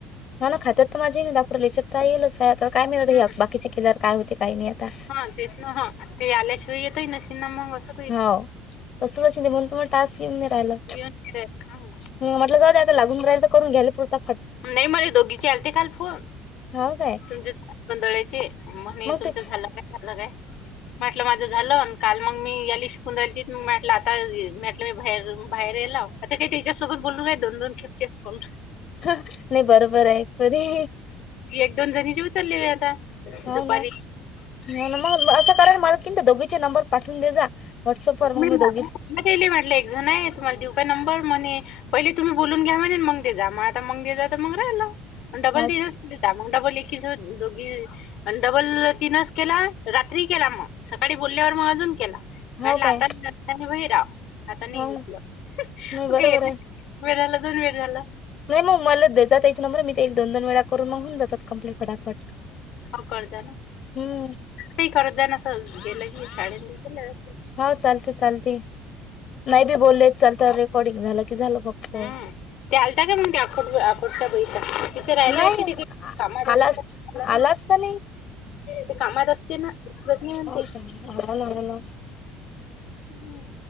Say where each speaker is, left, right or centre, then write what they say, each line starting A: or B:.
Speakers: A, on the left; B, on the left.
A: म ना खात्यात तर माझी नाही दाखूला याच्यात काय येलसा. तर काय मिळत हे
B: ना
A: बाकीचे केल्यावर काय होते काही नाही आता.
B: हा तेच ना ह ते आल्याशिवाय येतय नशींना मग अस.
A: हाव तसच अशीन म्हण तुम्हाला टास्क येऊन नाही राहायला.
B: घेऊन फिरायला हा
A: म्हटलं जाऊ आता लागुन रायल तर करून घ्यायला पुरतक.
B: नाही मले दोघीचे आलते काल फोन.
A: हाव काय
B: तुमच गोंदळायचे म्हणे
A: मग
B: तुमचं
A: ते
B: झालं काय झालं काय? म्हटलं माझं झालं काल मग मी याला शिकून राहिल त म म्हटलं आता बाहेर बाहेर यायला आता ते त्याच्यासोबत बोलू काय दोन दोन खेप तेस कऊ
A: नाही बरोबर आहे परी
B: एक दोन जणी जेव चलले आता.
A: हो
B: दुपारी
A: ना मग असं करायला मत की दोघीचे नंबर पाठवून दे जा. व्हॉट्सअपवर मग
B: मी म्हटलं
A: दोघी
B: एकजण आहे तुम्हाला देऊ काय नंबर म्हणे पहिले तुम्ही बोलून घ्या म्ह मग आता मंग जा तर मंग राहिल आणि डबल
A: हाव
B: तिजस
A: ते
B: मग डबल एकीच दोघी डबल तीनच केला रात्री केला मग. सकाळी बोलल्यावर मग अजून केला.
A: हाव
B: म्हटलं
A: काय
B: आता बही रा आता
A: हाव
B: नाही उसलं
A: ना नाही बरोबर
B: ओके
A: आहे.
B: एक वेळ झालं दोन वेळ झाला.
A: नाही मग उमईलाच देतात त्याच नंबर मी ते दोन दोन वेळा करून मग होऊन जातात. कंप्लीट फटाफट
B: हो करजा ना.
A: हम्म.
B: ते करत जा ना अस गेलं की शाळ ब केलं.
A: हो चालते चालते नाही बी बोलले चालत रेकॉर्डिंग झालं की झालं फक्त.
B: हम्म ते आलता का मग ते आड आखोडचा बाईचा. तिथे राहिली
A: नाही
B: वाटते त कामा
A: आलाच
B: रस्तेला
A: आलाच तर नाही
B: ते कामात असते ना उचलत नाही म्हणते.
A: हा ना ना
B: हम्म.